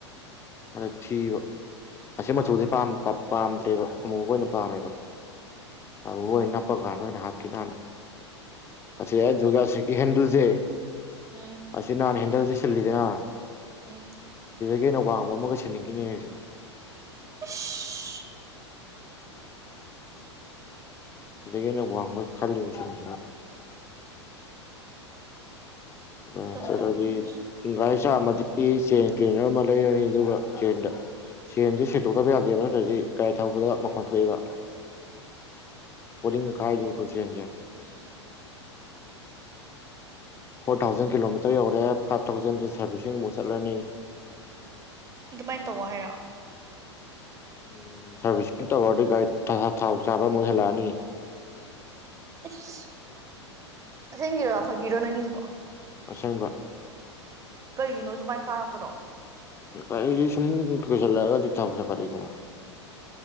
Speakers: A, on the left; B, on the right.
A: ꯍꯗꯛ ꯊꯤꯕ ꯑꯁꯤ ꯃꯆꯨꯁꯦ ꯄꯥꯝꯗ꯭ꯔꯦꯕ ꯑꯃꯨꯕ ꯑꯣꯏꯅ ꯄꯥꯝꯃꯦꯕ ꯑꯃꯨꯕ ꯑꯣꯏꯅ ꯅꯞꯄ ꯀꯥꯟꯗ ꯑꯣꯏꯅ ꯍꯥꯞꯀꯅ ꯍꯥꯟꯅ ꯑꯁꯤ ꯑꯩ ꯖꯨꯁꯤꯀꯤ ꯍꯦꯟꯗꯨꯁꯦ
B: ꯎꯝ
A: ꯑꯁꯤꯁ ꯅꯅꯥꯅꯦ ꯍꯦꯟ ꯏꯗꯗꯤ ꯆꯜꯂꯤꯗꯅ
B: ꯎꯝ
A: ꯌꯦꯅꯕ ꯑꯃꯒ ꯁꯟꯅꯤꯡꯈꯤꯅꯦ ꯍꯥꯏꯁꯦ
B: <inaudible>
A: ꯁꯤꯗꯩꯅꯕꯣ ꯈꯂꯤ ꯃꯁꯅꯤ ꯑ
B: ꯇꯜꯂꯦꯉꯣ
A: ꯆꯠꯗꯤꯒ
B: ꯅꯪꯁꯨ
A: ꯃꯆꯥ ꯑꯃꯗꯤ ꯆꯦꯟ ꯀ꯭ꯂꯤꯅꯔ ꯑꯃ ꯂꯩꯔꯅꯤ ꯑꯗꯨꯒ ꯆꯦꯟꯗ ꯆꯦꯟꯁ ꯁꯦꯡꯇꯣꯛꯇꯕ ꯌꯥꯗꯦꯕ ꯅꯠꯇ꯭ꯔꯗꯤ ꯒꯥꯔꯤ ꯊꯧꯕꯗ ꯃꯈꯣꯟ ꯊꯣꯛꯑꯦꯕ ꯀꯣꯂꯤ ꯀꯥꯏꯗ ꯎ ꯇ꯭ꯔꯨꯁꯖꯦ
B: <inaudible>
A: ꯐꯣꯔ ꯊꯥꯎꯖꯟ ꯀꯤꯂꯣꯃꯤꯇꯔ ꯌꯧꯔꯦ ꯐꯥꯏꯚ ꯊꯥꯎꯖꯟꯗ ꯁꯥꯔꯚꯤꯁꯁꯤꯡ ꯑꯃꯨꯛ ꯆꯠꯂꯅꯤ
B: ꯑꯗꯨꯃꯥꯏꯅ ꯇꯧꯋ ꯍꯥꯏꯔꯑꯣ
A: ꯎꯝ ꯁꯔꯚꯤꯁꯁꯤ ꯇꯋꯥꯔꯗꯤ ꯥꯏꯠ ꯊꯥꯎ ꯆꯥꯕ ꯑꯃ ꯍꯦꯜꯂꯛꯑꯅꯤ
B: ꯑꯁ ꯑꯁꯦꯡꯒꯤꯔ ꯐꯥꯒꯤꯔꯣ ꯅꯪꯒꯤꯁꯤꯕꯣ
A: ꯑꯁꯪꯕ
B: ꯀꯩꯒꯤꯅꯣ ꯁꯨꯃꯥꯏꯅ ꯀꯥꯔꯛꯄꯗꯣ
A: ꯀꯔꯤ ꯊꯨꯝ ꯀꯩꯁꯂꯒꯗꯤ ꯊꯒ ꯁ ꯈꯂꯤꯗꯃ